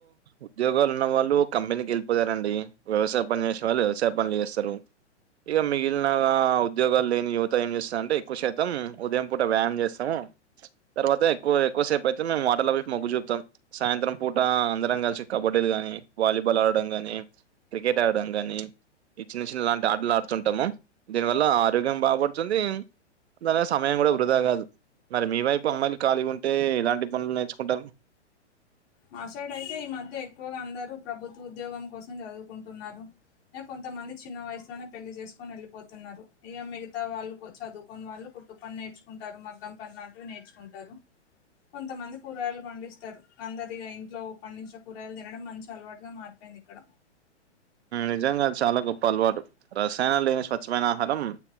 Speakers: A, on the right; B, on the left.
A: ఉద్యోగాలు ఉన్న వాళ్ళు కంపెనీకి వెళ్ళిపోయారండి వ్యవసాయ పని చేేసే వాళ్ళు వ్యవసాయ పనులు చేస్తారు ఇగ మిగిలిన ఉద్యోగాలు లేని యువత ఏం చేస్తందంటే ఎక్కువ శతం ఉదయం పూట వ్యాయామం చేస్తాము తర్వాత ఎక్కువ ఎక్కువసేపయితే మేము అటల్ వైపు మొగ్గు చూపుతాం సాయంత్రం పూట అందరం కలిసి కబడ్డీలు గానీ వాలీబాల్ ఆడడం గాని క్రికెట్ ఆడడం గాని ఈ చిన్న చిన్న లాంటి ఆటలు ఆడుతుంటాము దీని వల్ల ఆరోగ్యం బాగుపడుతుంది దాని మీద సమయం కూడా వృధా కాదు మరి మీ వైపు అమ్మాయిలు ఖాళీగుంటే ఎలాంటి పనులు నేర్చుకుంటారు
B: మాసైడ్ అయితే ఈ మధ్య ఎక్కువగా అందరూ ప్రభుత్వ ఉద్యోగం కోసం చదువుకుంటున్నారు ఇగ కొంతమంది చిన్న వయసులోనే పెళ్లి చేసుకొని వెళ్ళిపోతున్నారు ఇగ మిగతా వాళ్ళు చదువుకొని వాళ్ళు పని నేర్చుకుంటారు మగ్గం పని లాంటివి నేర్చుకుంటర్రు కొంతమంది కూరగాయలు పండిస్తారు అందర్ దిగా ఇంట్లో పండించిన కూరగాయలు తినడం మంచి అలవాటుగా మారిపోయింది ఇక్కడ
A: నిజంగా చాలా గొప్ప అలవాటు రసాయనం లేని స్వచ్ఛమైన ఆహారం